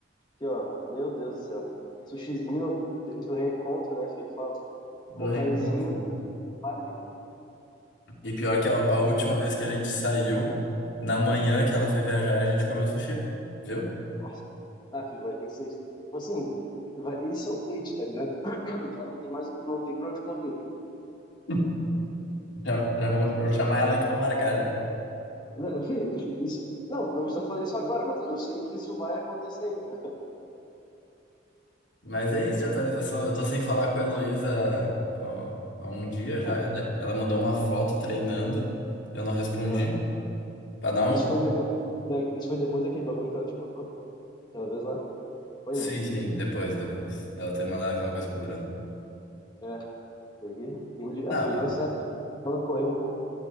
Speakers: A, on the left; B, on the left.
A: aqui, ó, meu Deus do céu. Sushizinho de- do reencontro, né, filho? Fala,
B: Do
A: mocaizinho
B: reencontro. né?
A: básico.
B: E pior que a, a última vez que a gente saiu, na manhã que ela foi viajar, a gente comeu sushi, viu?
A: Nossa, tá, filho, vai ter que ser isso. Assim, vai- esse é o date, tá ligado? <clears throat> Já não tem mais, não tem pra onde correr.
B: <laughs> Já, já vou, vou chamar ela aqui pra marcar já.
A: Não, <laughs> filho, isso, não, não precisa fazer isso agora, mas eu sei que isso vai acontecer, entendeu?
B: Mas é isso de atualização. Eu tô sem falar com a Heloísa ó, há um dia já.
A: Mas,
B: Ela ela mandou uma foto treinando, eu não respondi.
A: Tá.
B: Pra dar um.
A: Isso foi depois da, isso foi depois daquele bagulho que ela te mandou, aquela vez lá? Foi,
B: Sim,
A: né?
B: sim, depois, depois. Dela ter mandado aquela coisa cobrando.
A: É, peguei, entendi. Ah,
B: Ah,
A: filho,
B: pra...
A: tá certo. Ela correu um pouco.